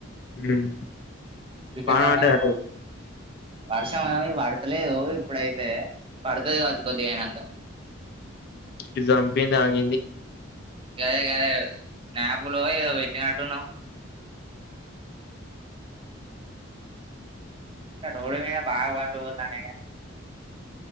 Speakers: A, on the left (about 50°); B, on the right (about 25°).
A: ఉమ్
B: క్రికెట్
A: వాన
B: ఆడానికి
A: పడ్డదా అటు
B: వర్షం ఏ పడతలేదు ఇప్పుడైతే పడుతది కావచ్చు కొద్దిగా అయినంక
A: ఇది చంపింది ఆగింది
B: ఇదే గదే స్నాప్ లో ఏదో పెట్టినట్టున్నావు రోడ్డు మీద బాగా బండ్లు పోతాన్నయ్